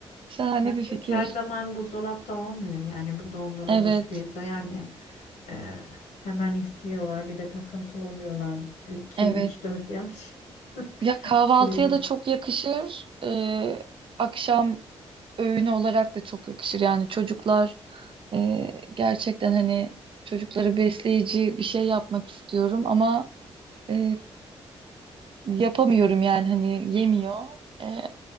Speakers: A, on the right; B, on the left.
A: Şahane
B: Ya
A: bir
B: çünkü
A: fikir.
B: her zaman buzdolapta olmuyor yani bu dondurulmuş
A: Evet.
B: pizza yani e, hemen istiyorlar bir de takıntılı oluyorlar iki
A: Evet.
B: 3 4 yaş <laughs>
A: Ya kahvaltıya
B: biliyorsun.
A: da çok yakışır. Ee, akşam öğün olarak da çok yakışır. Yani çocuklar e, gerçekten hani çocukları besleyici bir şey yapmak istiyorum ama e, yapamıyorum yani hani yemiyor. E,